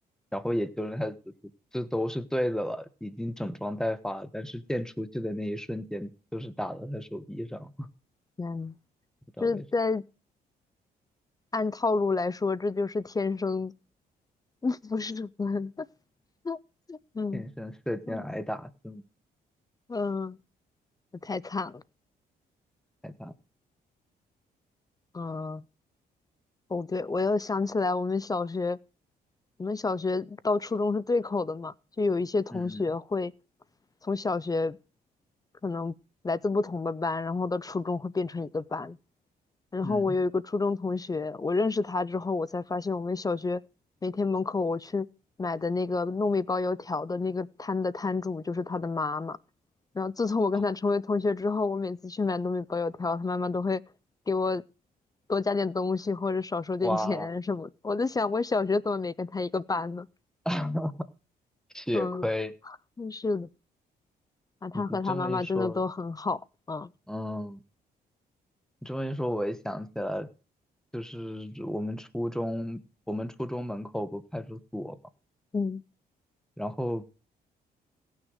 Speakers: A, in the centre; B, on the left (about 20°).
A: 然后也就让他只是这都是对的了，已经整装待发了但是箭出去的那一瞬间，就是打到他手臂上，
B: 天
A: 不知道为什么，
B: 这在按套路来说，这就是天生 <laughs> 不是蚊子 <laughs> 嗯
A: 天生射箭挨打，
B: 嗯
A: 这么
B: 嗯，太惨了，
A: 挨打。
B: 嗯，哦对，我又想起来我们小学，我们小学到初中是对口的嘛，就有一些同学会
A: 嗯
B: 从小学可能来自不同的班，然后到初中会变成一个班，然后我有一个初中同学，
A: 嗯，
B: 我认识他之后，我才发现我们小学每天门口我去买的那个糯米包油条的那个摊的摊主就是他的妈妈。然后自从我跟他成为同学之后，
A: 啊
B: 我每次去买糯米包油条，他妈妈都会给我多加点东西或者少收点钱什么的。
A: 哇，
B: 我在想，我小学怎么没跟他一个班呢？
A: <laughs> 血亏！
B: 嗯，嗯是的，啊，他和他妈妈真的都很好。
A: 你这么一说，
B: 嗯
A: 嗯，你这么一说，我也想起来，就是我们初中，我们初中门口不派出所嘛，
B: 嗯，
A: 然后